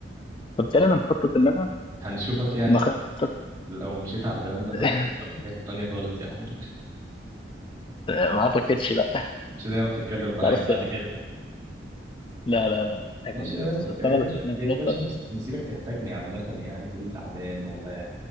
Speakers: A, on the left; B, on the right.
A: فبالتالي انا مخطط ان انا
B: هنشوفك يعني
A: مخطط
B: لو مشيت على البراند
A: <laughs>
B: ده بقى هنشوفك في حته تانيه خالص يا احمد
A: ما اعتقدش لا
B: مش هنعرف نتكلم معاك
A: لا بس
B: بعد كده
A: لا لا لا لا، عيب
B: ماشي
A: عليك
B: يا باشا
A: بس فانا
B: يا باشا
A: بتكلم
B: يا
A: في نقطه
B: باشا مس- مسيرك تحتاجني عامة يعني تقول لي تعبان والله يا-